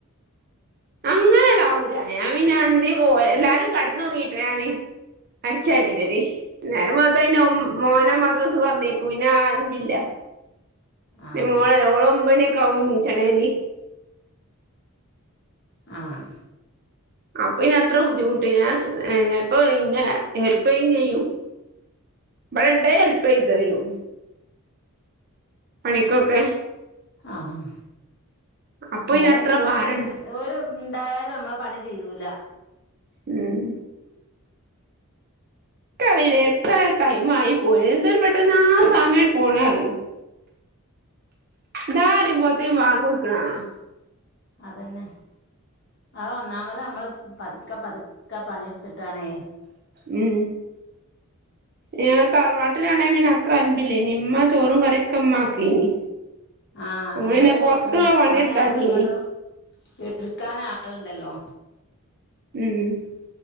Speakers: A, on the right (about 45°); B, on the left (about 50°).
A: അങ്ങനാടാവൂല ഞാ പിന്ന അന്തി പോ എല്ലാരും കെടന്നുറങ്ങിട്ട ഞാന് അടിച്ചാരിടല്. നേരം വെള്ത്തഴിഞ്ഞ ഒ മോനെ മദ്രസ് പറഞ്ഞേക്കും. പിന്നെ ആരൂല്ല.
B: ആഹ്
A: പിന്നെ മോളല്ലേ ഓള് ഒമ്പണിയൊക്കെ ആകും ണിചണേല്.
B: ആഹ്.
A: അപ്പൊ ഇനി അത്ര ബുദ്ധിമുട്ട് ഞാ ഞപ്പൊ ഇ ഹെല്പ്പെയ്യും ചെയ്യും. ഇബടെണ്ടേ ഹെൽപ്യ്തരും. പണിക്കൊക്കെ
B: ആഹ്
A: അപ്പൊ
B: അങ്ങനെ
A: ഇനി അത്ര
B: കൂടി
A: ഭാരണ്ട
B: ചരി ഓര് ഇണ്ടായാലും അമ്മള പണി തീരൂല.
A: ഉം
B: <inaudible>
A: ക്ക്അറിയില്ലേ എത്ര ടൈമ് ആയി പോയി എന്തോരു പെട്ടെന്നാ സമയം പോണെ അറിയോ. ദാ പറയുമ്പോത്തി വാങ്കോടുക്ക്‌ണാണ.
B: അതന്നെ അത് ഒന്നാമത് നമ്മള് പത്ക്ക, പത്ക്ക പാണെടുത്തിട്ടാണെ
A: ഉം.
B: <inaudible>
A: ഞ തറവാട്ടിലാണെ പിന്നെ അത്ര അൻപില്ലേനി ഇമ്മ ചോറും കറിക്കെ മ്മ ആക്കിനി
B: ആഹ്
A: ഇങ്ങനെ
B: ഏഹ്
A: പൊർത്ത്ള്ള പണിട്ത്താതിനി.
B: പണി ആട്ടും ഇങ്ങോട്ടും എടുക്കാൻ ആള്ണ്ടല്ലോ?
A: ഉം